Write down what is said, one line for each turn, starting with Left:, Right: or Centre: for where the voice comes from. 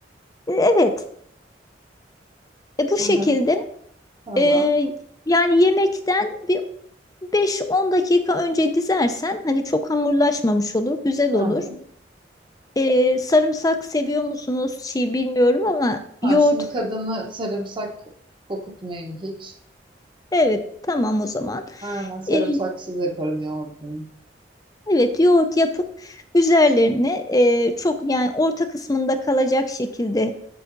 Left: E, Evet. E bu şekilde
Right: Aha, tamam.
Left: Ee, yani yemekten bir beş on dakika önce dizersen hani çok hamurlaşmamış olur, güzel
Right: Tamam.
Left: olur. Ee, sarımsak seviyor musunuz? Çiğ bilmiyorum ama
Right: Tamam
Left: yoğurt.
Right: şimdi kadını sarımsak kokutmayayım hiç.
Left: Evet, tamam o zaman.
Right: Aynen sarımsaksız
Left: Ee,
Right: yaparım yoğurdunu.
Left: evet, yoğurt yapıp üzerlerine e, çok yani orta kısmında kalacak şekilde